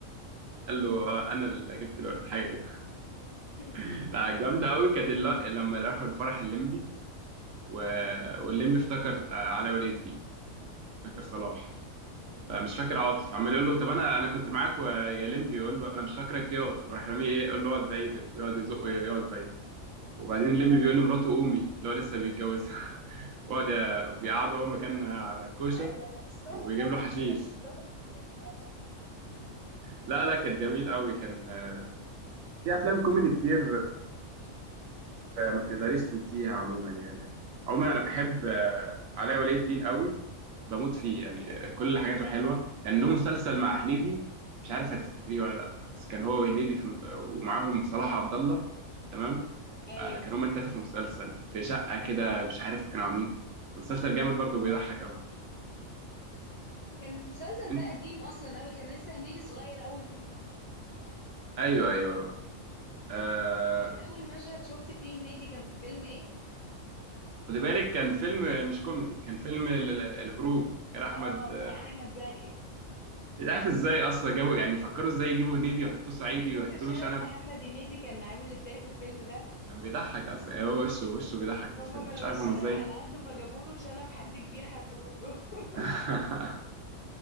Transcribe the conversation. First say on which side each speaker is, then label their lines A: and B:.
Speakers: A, on the right; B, on the left.
A: قال له آه، أنا اللي جبت الورد حاجة كده
B: <laughs>
A: <laughs> لا
B: لما
A: جامدة أوي كانت الل- لما راحوا الفرح الليمبي و... والليمبي افتكر آه، علاء ولي الدين افتكر صلاح
B: ايوه
A: مش فاكر عاطف عمال يقول له طب انا انا كنت معاك ويا لمبي يقول له انا مش فاكرك اقعد وراح راميه ايه يقول له اقعد بعيد ويقعد يزقه
B: ايوه
A: يقعد بعيد وبعدين لمبي بيقول لمراته قومي اللي هو لسه بيتجوزها <laughs> وقعد بيقعده هو مكانها على الكوشه
B: ايوه الصاحب
A: وبيجيب
B: بقى يا
A: له حشيش
B: عم يعني الصاحب جدع يعني
A: لا لا كانت جميل قوي كان آه، في افلام كوميدي كتير ما تقدريش تنسيها عموما يعني عموما انا
B: طيب
A: بحب آه، علاء ولي الدين قوي بموت فيه يعني كل حاجاته حلوه يعني له مسلسل مع هنيدي مش عارف هتفتكريه ولا لا بس كان هو وهنيدي في ومعاهم صلاح عبد الله تمام
B: ايوه
A: آه، كانوا هما التلاته في مسلسل في شقه كده مش عارف كانوا عاملين كان مسلسل جامد برضه بيضحك قوي
B: كان المسلسل
A: انت
B: ده قديم اصلا قوي كان لسه هنيدي صغير قوي فيه
A: ايوه ايوه آه
B: انت فاكر اول مشهد شفت فيه هنيدي كان في فيلم ايه
A: خدي بالك كان فيلم مش كوميدي كان فيلم ال- ال- الهروب كان احمد
B: اه بتاع احمد زكي
A: مش عارف ازاي اصلا جابوا يعني فكروا ازاي يجيبوا هنيدي ويحطوه صعيدي
B: فاكر
A: ويحطوا
B: شنب
A: له شنب
B: محمد هنيدي كان عامل ازاي في الفيلم ده
A: كان بيضحك اصلا يعني هو وشه وشه بيضحك في
B: هما
A: الفيلم
B: ما لقوش
A: مش عارف هم
B: شنب
A: ازاي
B: على قده فجابوا له شنب حد كبير حطوه له <laughs>
A: <laughs>